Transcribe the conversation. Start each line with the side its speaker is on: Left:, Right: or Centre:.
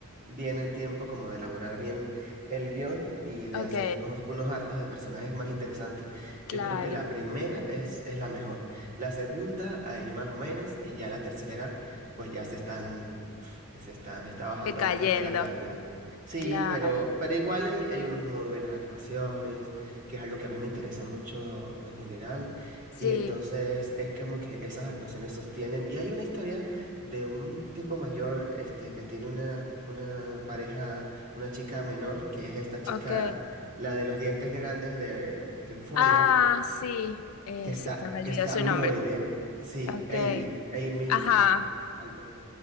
Right: bien el tiempo como de elaborar bien el guión y de
Left: ok,
Right: hacer unos, unos arcos de personajes más interesantes.
Left: claro.
Right: Yo creo que la primera es, es la mejor, la segunda ahí más o menos y ya la tercera pues ya se están, pf, se está, está bajando
Left: Decayendo,
Right: bastante la calidad. Sí,
Left: claro.
Right: pero, pero igual hay, hay unas muy buenas actuaciones que es algo que a mí me interesa mucho en general.
Left: Sí,
Right: Y entonces es como que esas actuaciones sostienen. Y hay una historia de un tipo mayor, este, que tiene una, una pareja, una chica menor, que es esta chica,
Left: ok.
Right: la de los dientes grandes de, de Euphoria,
Left: Ah, sí, eh,
Right: que está,
Left: sí, se me olvidó
Right: que está
Left: su
Right: muy
Left: nombre.
Right: bien. Sí,
Left: Ok,
Right: Amy, Amy.
Left: ajá,
Right: Algo.